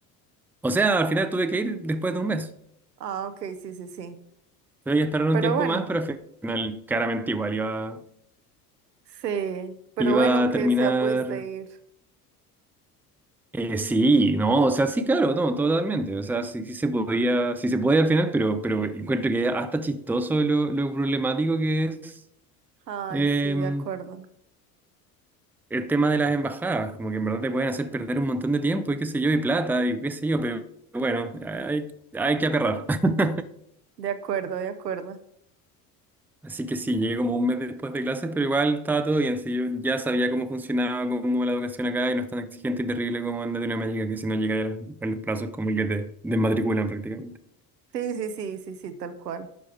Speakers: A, in the centre; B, on the right.
A: O sea, al final tuve que ir después de un mes.
B: Ah, ok, sí, sí, sí.
A: Tuve que esperar un
B: Pero
A: tiempo
B: bueno,
A: más, pero al final claramente igual iba,
B: sí, pero
A: iba
B: bueno, aunque
A: a terminar...
B: sea pudiste ir.
A: Eh, sí, no, o sea, sí, claro, no, totalmente. O sea, sí, sí se podía, sí se puede al final, pero, pero encuentro que hasta chistoso lo, lo problemático que es.
B: Ay,
A: em,
B: sí, de acuerdo,
A: el tema de las embajadas, como que en verdad te pueden hacer perder un montón de tiempo y qué sé yo, y plata y qué sé yo, pero bueno, hay, hay que aperrar. <laughs>
B: de acuerdo, de acuerdo.
A: Así que sí, llegué como un mes después de clases, pero igual estaba todo bien, sí, yo ya sabía cómo funcionaba, cómo la educación acá y no es tan exigente y terrible como en Latinoamérica, que si no llegas en los plazos como que te desmatriculan prácticamente.
B: Sí, sí, sí, sí, sí, tal cual.